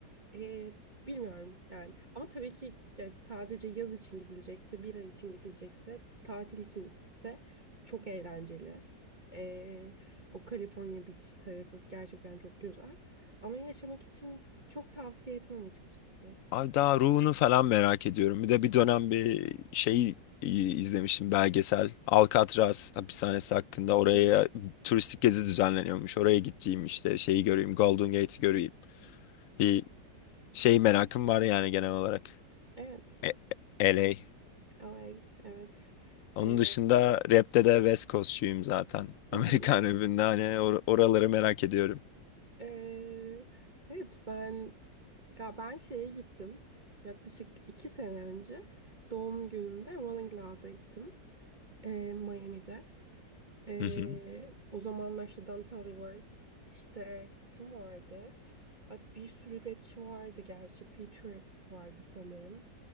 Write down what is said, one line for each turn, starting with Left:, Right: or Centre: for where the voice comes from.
Right: Ee, bilmiyorum yani. Ama tabii ki yani sadece yaz için gidilecekse, bir ay için gidilecekse, tatil içinse çok eğlenceli. Ee, o California Beach tarafı gerçekten çok güzel. Ama yaşamak için çok tavsiye etmem açıkçası.
Left: Abi daha ruhunu falan merak ediyorum. Bir de bir dönem bir şey e, izlemiştim belgesel. Alcatraz hapishanesi hakkında oraya
Right: Hı,
Left: turistik gezi düzenleniyormuş. Oraya gideceğim işte şeyi göreyim. Golden Gate'i göreyim. Bir şey merakım var yani genel olarak.
Right: Evet,
Left: E- LA.
Right: LA, evet.
Left: Onun
Right: Ee,
Left: dışında rapte de West Coast'çuyum zaten. <laughs> Amerikan
Right: <laughs>
Left: rapinde hani or- oraları merak ediyorum.
Right: Ee, evet ben ga- ben şeye gittim yaklaşık iki sene önce doğum günümde Rolling Loud'a gittim ee, Miami'de Ee,
Left: Hı hı.
Right: o zamanlar işte Don Tolliver var işte kim vardı Ay, bir sürü rapçi vardı gerçi Future vardı sanırım